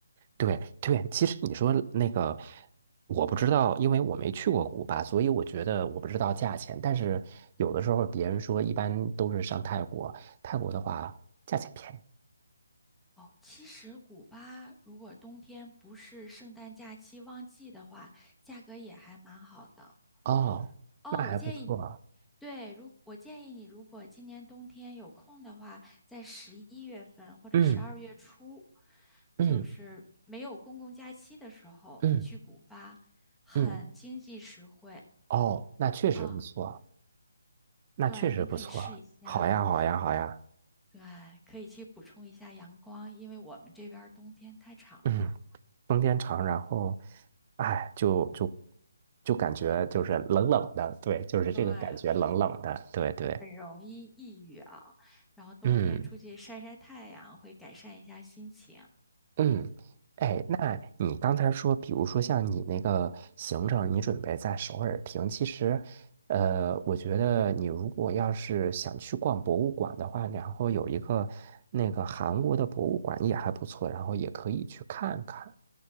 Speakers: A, on the right; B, in the centre.
A: 对对，其实你说那个，我不知道，因为我没去过古巴，所以我觉得我不知道价钱。但是有的时候别人说，一般都是上泰国，泰国的话价钱便宜
B: 哦，其实古巴如果冬天不是圣诞假期旺季的话，价格也还蛮好的。
A: 哦，
B: 哦，
A: 那还不错啊
B: 我建议你，对，如我建议你，如果今年冬天有空的话，在十一月份或者十二月初，
A: 嗯嗯
B: 就是没有公共假期的时候去古巴，
A: 嗯
B: 很经济实惠
A: 嗯，哦，那确实不错，
B: 啊。
A: 那确实不错。
B: 对，您可以试一下，
A: 好呀好呀好呀，
B: 对，可以去补充一下阳光，因为我们这边儿冬天太长了。
A: 嗯，冬天长，然后，哎，就就就感觉就是冷冷的，对，就是这个感觉冷冷的，
B: 对，
A: 对对。
B: 很容易抑郁啊，然后冬天出去晒晒太阳，
A: 嗯。
B: 会改善一下心情。
A: 嗯，哎，那你刚才说，比如说像你那个行程，你准备在首尔停，其实，呃，我觉得你如果要是想去逛博物馆的话，然后有一个那个韩国的博物馆也还不错，然后也可以去看看。